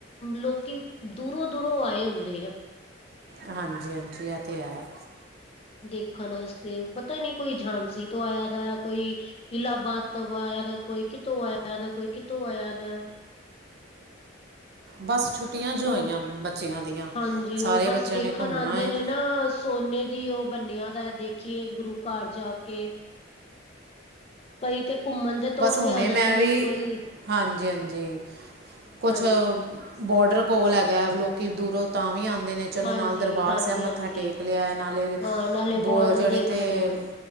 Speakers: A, on the left; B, on the right.
A: ਲੋਕੀ ਦੂਰੋਂ -ਦੂਰੋਂ ਆਏ ਹੁੰਦੇ ਆ।
B: ਹਾਂਜੀ -ਹਾਂਜੀ, ਇਹ ਤਾਂ ਹੈ।
A: ਦੇਖਣ ਵਾਸਤੇ, ਪਤਾ ਹੀ ਨਹੀਂ ਕੋਈ ਝਾਂਸੀ ਤੋਂ ਆਇਆ ਦਾ, ਕੋਈ ਇਲਾਹਬਾਦ ਤੋਂ ਆਇਆ ਦਾ, ਕੋਈ ਕਿਤੋਂ ਆਇਆ ਦਾ, ਕੋਈ ਕਿਤੋਂ ਆਇਆ ਦਾ।
B: ਬਸ ਛੁੱਟੀਆਂ ਜੋ ਹੋਈਆਂ
A: ਉਹ,
B: ਬੱਚਿਆਂ ਦੀਆਂ
A: ਹਾਂਜੀ
B: ਸਾਰੇ
A: ਉਹ ਬਸ
B: ਬੱਚਿਆਂ
A: ਦੇਖਣ
B: ਨੇ ਘੁੰਮਣਾ
A: ਆਉਂਦੇ
B: ਹੈ
A: ਨੇ ਨਾ। ਸੋਨੇ ਦੀ ਉਹ ਬੰਨਿਆਂ ਦਾ, ਦੇਖੀਏ ਗੁਰੂ ਘਰ ਜਾ ਕੇ ਕਈ ਤੇ ਘੁੰਮਣ ਦੇ
B: ਬਸ
A: ਤੌਰ
B: ਹੁਣੇ
A: ਤੇ ਆ ਜਾਂਦੇ
B: ਮੈਂ
A: ਨੇ,
B: ਵੀ
A: ਕੋਈ
B: ਹਾਂਜੀ ਹਾਂਜੀ ਕੁਛ
A: ਹਾਂਜੀ
B: ਬੋਡਰ ਕੋਲ ਹੈਗਾ, ਲੋਕੀ ਦੂਰੋਂ ਤਾਂ ਵੀ ਆਉਂਦੇ ਨੇ। ਚਲੋ
A: ਹਾਂਜੀ
B: ਨਾਲ ਦਰਬਾਰ
A: ਹਾਂਜੀ
B: ਸਾਹਿਬ ਮੱਥਾ
A: ਹਾਂਜੀ
B: ਟੇਕ ਲਿਆ, ਨਾਲੇ
A: ਹਾਂ ਨਾਲੇ
B: ਬ
A: ਬੋਡਰ
B: ਜਿਹੜੇ
A: ਦੇਖਣੇ
B: ਤੇ
A: ਆ